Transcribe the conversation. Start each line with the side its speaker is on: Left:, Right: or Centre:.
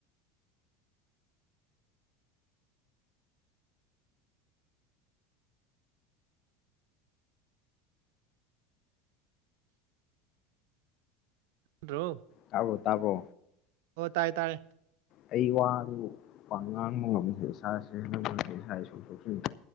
Right: ꯊꯣ
Left: ꯇꯥꯕꯣ ꯇꯥꯕꯣ
Right: ꯑꯣ ꯇꯥꯔꯦ ꯇꯥꯔꯦ
Left: ꯑꯩ ꯋꯥꯗꯨ ꯋꯥ ꯉꯥꯡꯕ ꯉꯝꯃꯤꯗꯦ ꯏꯁꯥꯁꯦꯦ ꯏꯁꯥ ꯁꯣꯛꯊꯣꯛꯆꯁꯦ